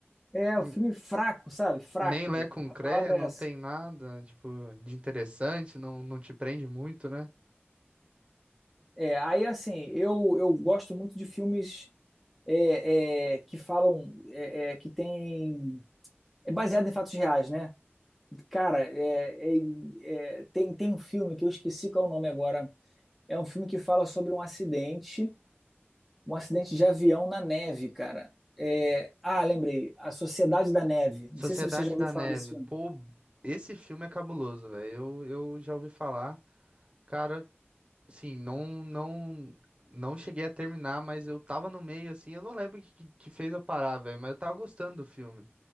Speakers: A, in the centre; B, on the right.
A: É,
B: n-
A: o filme fraco, sabe? Fraco.
B: nem Lé com
A: A
B: Cré,
A: palavra
B: não
A: é essa.
B: tem nada, tipo, de interessante, não, não te prende muito, né?
A: É, aí, assim, eu, eu gosto muito de filmes é, é, que falam é, é, que tem é baseado em fatos reais, né? Cara, é, é, é, tem tem um filme que eu esqueci qual é o nome agora. É um filme que fala sobre um acidente, um acidente de avião na neve, cara. É, ah, lembrei, A Sociedade da Neve. Não
B: Sociedade
A: sei se você já ouviu
B: da
A: falar
B: Neve,
A: desse filme.
B: pô, esse filme é cabuloso, velho. Eu, eu já ouvi falar. Cara, sim, não, não, não cheguei a terminar, mas eu tava no meio, assim, eu não lembro o que, que que fez eu parar, velho, mas eu tava gostando do filme.